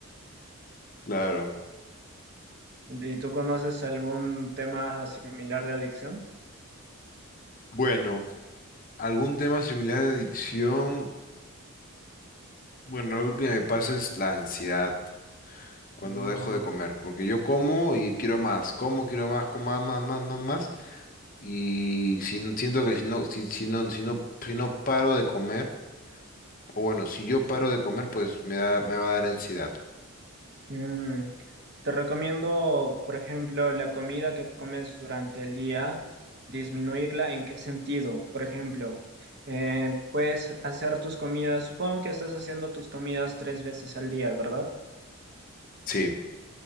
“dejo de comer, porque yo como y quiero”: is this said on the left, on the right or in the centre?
Left